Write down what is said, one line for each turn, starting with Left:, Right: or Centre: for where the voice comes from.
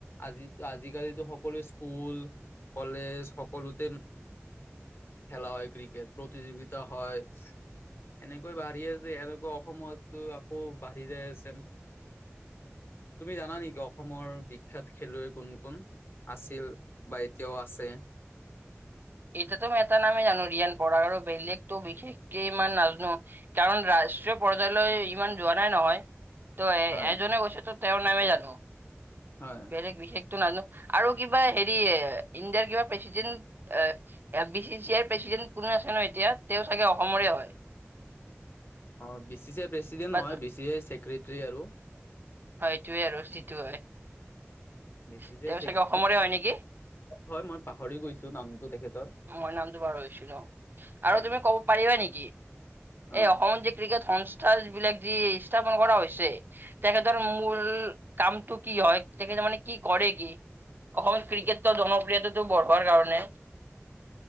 Left: আজি আজিকালিতো সকলো স্কুল কলেজ সকলোতে খেলা হয়, ক্ৰিকেট প্ৰতিযোগিতা হয়। এনেকৈ বাঢ়ি আছে এনেকুৱা অসমত আকৌ বাঢ়ি যাই আছে। তুমি জানা নেকি অসমৰ বি বিখ্যাত খেলুৱৈ কোন- কোন আছিল বা এতিয়াও আছে।
Right: এতোটো মই এটা নামেই জানো ৰিয়ান বড়া বেলেগতো বিশেষকে ইমান নাজনো কাৰণ। ৰাষ্ট্ৰীয় পৰ্যায়লৈ ইমান যোৱা নাই নহয়। ত'
Left: হয়
Right: এজনে কৈছেতো তেওঁৰ নামে জানো
Left: হয়
Right: বেলেগ বিশষেটো নাজা আৰু কিবা হেৰি ইণ্ডিয়াৰ কিবা প্ৰেচিডেণ্ট। এ বি চি চিৰ প্ৰেচিডেণ্ট কোনো আছে ন এতিয়া তেওঁ চাগে অসমৰে হয়। <unintelligible>
Left: অ' B C C I president
Right: বা
Left: নহয়, বি চি চি আইৰ ছেক্ৰেটৰী আৰু।
Right: সেইটোয়ে আৰু যিটো হয় তেওঁ
Left: বি চি চি আই ছেক্ৰেটৰী
Right: চাগে অসমৰে হয় নেকি।
Left: হয় মই পাহৰি গৈছো নামটো তেখেতৰ।
Right: মই নামটো পাহৰিছোঁ ন আৰু
Left: হয়
Right: তুমি ক'ব পাৰিবা নেকি
Left: অ
Right: এই অসমত যে ক্ৰি তে সংস্থা যি বিলাক যি স্থাপন কৰা হৈছে তেখেতৰ মূল কামটো কি হয় <unintelligible> মানে কি কৰে কি অসম ক্ৰিকেটৰ জনপ্ৰিয়তাটো বঢ়োৱাৰ কাৰণে।